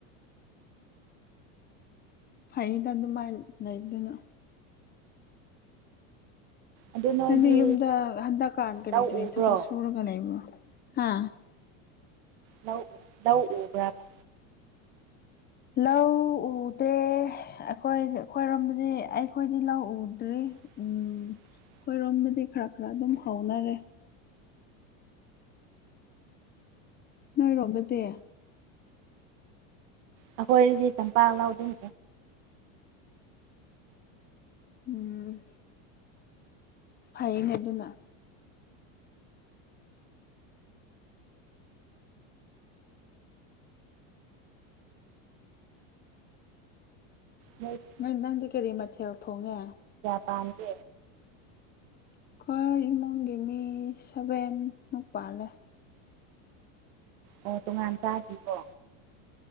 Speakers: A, on the left (about 25°); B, on the right (about 70°).
A: ꯐꯩꯗ ꯑꯗꯨꯃꯥꯏꯅ ꯂꯩꯗꯅ
B: ꯑꯗꯨ ꯅꯣꯏꯗꯤ
A: ꯅꯗꯤ ꯌꯨꯝꯗ ꯍꯟꯗꯛꯀꯥꯟ ꯀꯔꯤ
B: ꯂꯧ
A: ꯀꯔꯤ
B: ꯎꯕ꯭ꯔꯣ
A: ꯊꯕꯛ ꯁꯨꯔꯒ ꯂꯩꯕꯣ ꯑ
B: ꯂꯧ ꯂꯧ ꯎꯕ꯭ꯔꯕ
A: ꯂꯧ ꯎꯗꯦ ꯑꯩꯈꯣꯏ ꯑꯩꯈꯣꯏꯔꯣꯝꯗꯗꯤ ꯑꯩꯈꯣꯏꯗꯤ ꯂꯧ ꯎꯗ꯭ꯔꯤ
B: <inaudible>
A: ꯎꯝ ꯑꯩꯈꯣꯏꯔꯣꯝꯗꯗꯤ ꯈꯔ ꯈꯔ ꯑꯗꯨꯝ ꯍꯧꯥꯎꯅꯔꯦ ꯅꯣꯏꯔꯣꯝꯗ ꯇꯦ
B: ꯑꯩꯈꯣꯏꯔꯗꯤ ꯇꯝꯄꯥꯛ ꯂꯧꯎ ꯑꯗꯨꯝ
A: ꯎꯝ ꯐꯩꯅꯦ ꯑꯗꯨꯅ
B: ꯅꯣꯏꯗꯤ
A: ꯅꯪ ꯅꯣꯢꯒꯤ ꯀꯔꯤ ꯃꯊꯦꯜ ꯊꯣꯡꯉꯦ
B: ꯄꯗꯦ
A: ꯑꯩꯈꯣꯏ ꯏꯃꯨꯡꯒꯤ ꯃꯤ ꯁꯚꯦꯟ ꯃꯨꯛ ꯄꯥꯜꯂꯦ
B: ꯑꯣ ꯇꯣꯉꯥꯟ ꯆꯥꯗꯔꯤꯕꯣ